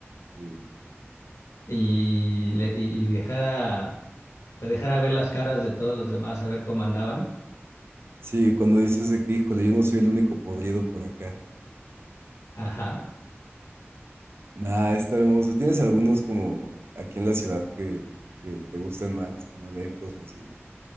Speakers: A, on the right (about 60°); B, on the left (about 85°).
A: Sí,
B: y, le- y y dejara, te dejara ver las caras de todos los demás, a ver cómo andaban.
A: Sí, cuando dices de que, híjole, yo no soy el único podrido por acá.
B: Ajá.
A: Nah, está hermoso. ¿Tienes algunos como aquí en la ciudad que, que te gusten más, como eventos o así?